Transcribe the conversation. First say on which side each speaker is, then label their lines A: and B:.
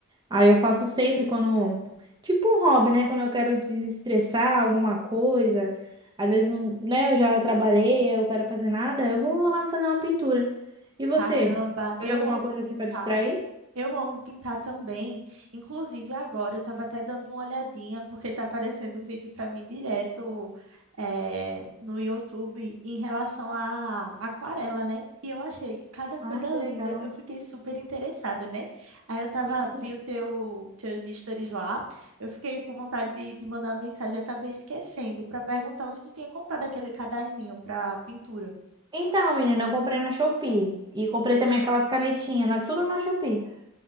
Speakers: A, on the right (about 20°); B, on the right (about 80°).
A: Aí eu faço sempre quando. Tipo um hobby, né? Quando eu quero desestressar alguma coisa. Às vezes, não- né, eu já trabalhei, eu quero fazer nada, eu vou lá fazer uma pintura. E você?
B: Caramba, eu
A: Faz alguma
B: amo
A: coisa assim
B: pintar.
A: pra distrair?
B: Eu amo pintar também. Inclusive, agora eu estava até dando uma olhadinha, porque está aparecendo vídeo para mim direto eh, no YouTube em relação à aquarela, né? E eu achei cada coisa
A: Ai, que
B: linda.
A: legal.
B: Eu fiquei super interessada, né? Aí eu tava,
A: Sim.
B: vi o teu, teus stories lá. Eu fiquei com vontade de, de mandar uma mensagem, e acabei esquecendo para perguntar onde tu tinha comprado aquele caderninho para pintura.
A: Então, menina, eu comprei na Shopee. E comprei também aquelas canetinhas, né? tudo na Shopee.